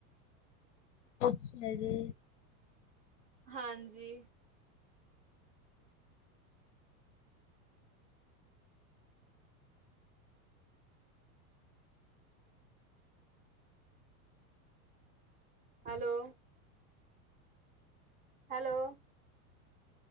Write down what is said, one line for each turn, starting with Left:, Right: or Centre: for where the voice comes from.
Left: ਕੁੱਛ ਨਾ ਜੀ।
Right: ਹਾਂਜੀ hello hello